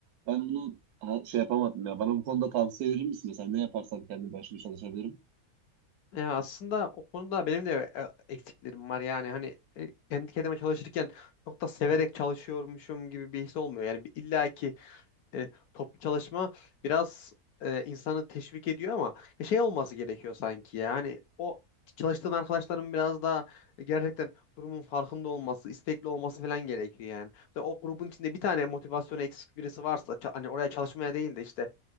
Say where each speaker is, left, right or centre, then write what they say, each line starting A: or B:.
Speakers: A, on the right; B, on the left.
A: ben bunu ha, şey yapamadım ya. Bana bu konuda tavsiye verir misin? Mesela ne yaparsam kendi başıma çalışabilirim?
B: Ya aslında o konuda benim de e, eksiklerim var yani hani e, kendi kendime çalışırken çok da severek çalışıyormuşum gibi bir his olmuyor. Yani bir illaki e, toplu çalışma biraz e, insanı teşvik ediyor ama e, şey olması gerekiyor sanki yani o çalıştığın arkadaşların biraz daha e, gerçekten durumun farkında olması, istekli olması falan gerekiyor yani. Ve o grubun içinde bir tane motivasyonu eksik birisi varsa ça- hani oraya çalışmaya değil de işte